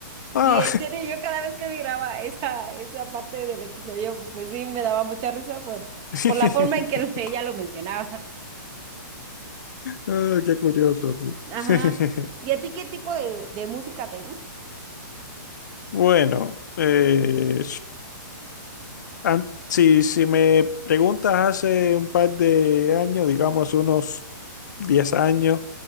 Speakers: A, on the left; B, on the right.
A: Ah.
B: Y en serio, yo cada vez que miraba esa, esa parte del episodio, pues sí, me daba mucha risa por,
A: <laughs>
B: por la forma en que <laughs> ella lo mencionaba.
A: Ah, qué curioso tú.
B: Ajá.
A: <laughs>
B: ¿Y a ti qué tipo de, de música te gusta?
A: Bueno, eh, An- si, si me preguntas hace un par de años, digamos unos 10 años,